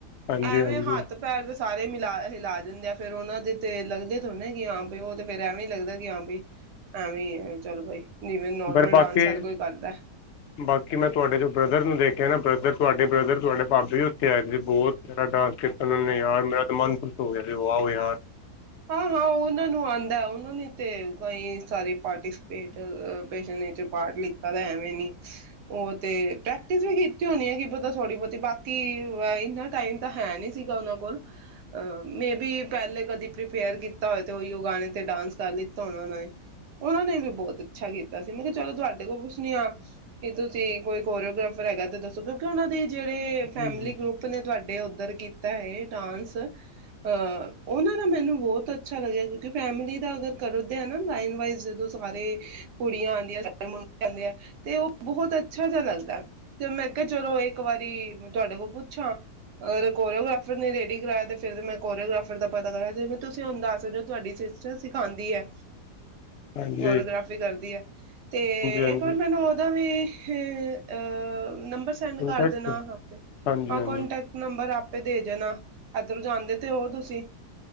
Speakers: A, on the left (about 70°); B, on the right (about 80°).
A: ਹਾਂਜੀ
B: ਐਵੇਂ
A: ਹਾਂਜੀ
B: ਹੱਥ ਪੈਰ ਦੇ ਸਾਰੇ ਮਿਲਾ ਹਿਲਾ ਦਿੰਦੇ ਆ ਫਿਰ ਉਹਨਾਂ ਦੇ ਤੇ ਲੱਗਦੇ ਥੋੜੇ ਕਿ ਹਾਂ ਵੀ ਉਹ ਤੇ ਫਿਰ ਐਵੇਂ ਲੱਗਦਾ ਕਿ ਹਾਂ ਬਾਈ ਐਵੇਂ ਈ ਆ ਚੱਲ ਬਾਈ। ਜਿਵੇਂ ਨੋਰਮਲ
A: ਪਰ ਬਾਕੀ
B: ਡਾਂਸ ਹਰ ਕੋਈ ਕਰਦਾ ਹੈ।
A: ਬਾਕੀ ਮੈਂ ਤੁਹਾਡੇ ਜੋ ਬ੍ਰਦਰ ਨੂੰ ਦੇਖਿਆ ਨਾ ਬ੍ਰਦਰ ਤੁਹਾਡੇ ਬ੍ਰਦਰ ਤੁਹਾਡੇ ਭਾਬੀ ਉਹ ਕਹਿੰਦੇ ਬਹੁਤ ਪਿਆਰਾ ਡਾਂਸ ਕੀਤਾ ਉਹਨਾਂ ਨੇ ਯਾਰ ਮੇਰਾ ਤੇ ਮਨ ਖ਼ੁਸ਼ ਹੋ ਗਿਆ ਸੀ, ਵਾਓ ਯਾਰ।
B: ਹਾਂ ਹਾਂ ਉਹਨਾਂ ਨੂੰ ਆਉਂਦਾ ਐ। ਉਹਨਾਂ ਨੇ ਤੇ ਕਈ ਸਾਰੇ ਪਾਰਟੀਸਪੇਟ <unintelligible> ਪਾਰਟ ਲਿੱਤਾ ਤਾਂ ਐਵੇ <unintelligible> ਉਹ ਤੇ ਪ੍ਰੈਕਟਿਸ ਵੀ ਕੀਤੀ ਹੋਣੀ ਹੈ ਕੀ ਪਤਾ ਥੋੜੀ ਬਹੁਤੀ ਬਾਕੀ ਇਹੀ ਨਾ ਟਾਈਮ ਤਾਂ ਹੈ ਨਹੀਂ ਸੀਗਾ ਉਹਨਾਂ ਕੋਲ, ਅਹ, ਮੇਬੀ ਪਹਿਲੇ ਕਦੀ ਪ੍ਰੀਪੇਅਰ ਕੀ ਧਏ ਤੇ ਉਹੀ ਗਾਣੇ ਤੇ ਡਾਂਸ ਕਰ ਲਈ <unintelligible> ਉਹਨਾਂ ਨੇ ਵੀ ਬਹੁਤ ਅੱਛਾ ਕੀਤਾ ਸੀ। ਮੈਂ ਕਿਹਾ ਚਲੋ ਤੁਹਾਡੇ ਦੇਖੋ ਕੁਛ ਨਹੀਂ ਆ ਕਿ ਤੁਸੀਂ ਕੋਈ ਕੋਰਿਓਗ੍ਰਾਫਰ ਹੈਗਾ ਤੇ ਦੱਸੋ ਕਿਉਂਕਿ ਉਹਨਾਂ ਦੇ ਜਿਹੜੇ ਫੈਮਿਲੀ
A: ਹਾਂਜੀ
B: ਗਰੁੱਪ ਨੇ ਤੁਹਾਡੇ ਉਹ ਕੀਤਾ ਹੈ ਡਾਂਸ ਅਹ ਉਹਨਾਂ ਮੈਨੂੰ ਬਹੁਤ ਅੱਛਾ ਲੱਗਿਆ ਕਿਉਂਕਿ ਫੈਮਲੀ ਦਾ ਅਗਰ ਕਰਦੇ ਆ ਨਾ ਲਾਈਨ ਵਾਈਸ ਜਦੋਂ ਸਾਰੇ ਕੁੜੀਆਂ ਆਂਦੀਆਂ ਸਾਰੇ ਮੁੰਡੇ ਆਉਂਦੇ ਆ, ਤੇ ਉਹ ਬਹੁਤ ਅੱਛਾ ਜਿਹਾ ਲੱਗਦਾ ਤੇ ਮੈਂ ਕਿਹਾ ਚਲੋ ਇੱਕ ਵਾਰੀ ਤੁਹਾਡੇ ਕੋਲ ਪੁੱਛਾਂ ਅਗਰ ਕੋਰੀਓਗ੍ਰਾਫਰ ਨੇ ਰੇਡੀ ਕਰਵਾਇਆ ਤੇ ਫਿਰ ਮੈਂ ਕੋਰੀਓਗ੍ਰਾਫਰ ਦਾ ਪਤਾ ਕਰ ਜਿਵੇਂ ਤੁਸੀਂ ਹੁਣ ਦੱਸ ਸਕਦੇ ਓ, ਤੁਹਾਡੀ ਸਿਸਟਰ ਸਿਖਾਉਂਦੀ ਐ।
A: ਹਾਂਜੀ
B: ਕੋਰਿਓਗ੍ਰਾਫੀ ਕਰਦੀ ਐ ਤੇ
A: ਹਾਂਜੀ
B: ਇੱਕ ਵਾਰ ਮੈਨੂੰ ਉਹਦਾ ਇਹ ਅ ਨੰਬਰ ਸੈਂਡ
A: ਕੰਟੈਕਟ
B: ਕਰ ਦੇਣਾ ਆਪੇ।
A: ਹਾਂਜੀ
B: ਹਾਂ
A: ਹਾਂਜੀ
B: ਕਾਂਟੈਕਟ ਨੰਬਰ ਆ ਆਪੇ ਦੇ ਦੇਣਾ। ਇੱਧਰੋਂ ਜਾਂਦੇ ਤੇ ਹੋ ਤੁਸੀਂ।